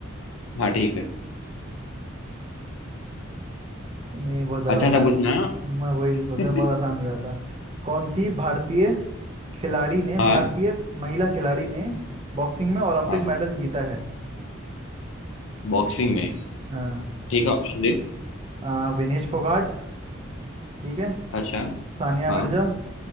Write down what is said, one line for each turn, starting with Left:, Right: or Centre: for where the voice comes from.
Left: हाँ ठीक है
Right: नहीं बहुत ज़्यादा
Left: अच्छा
Right: आसान
Left: सा पूछना
Right: मैं वही
Left: हाँ
Right: सोचा
Left: <laughs>
Right: बहुत आसान हो जाता कौन सी भारतीय खिलाड़ी ने
Left: हाँ
Right: भारतीय महिला खिलाड़ी ने बॉक्सिंग में ओलंपिक
Left: हाँ
Right: मेडल जीता है
Left: बॉक्सिंग में
Right: हाँ
Left: ठीक है ऑप्शन दे
Right: आ, विनेश फोगाट ठीक है
Left: अच्छा
Right: सानिया
Left: हाँ
Right: मिर्जा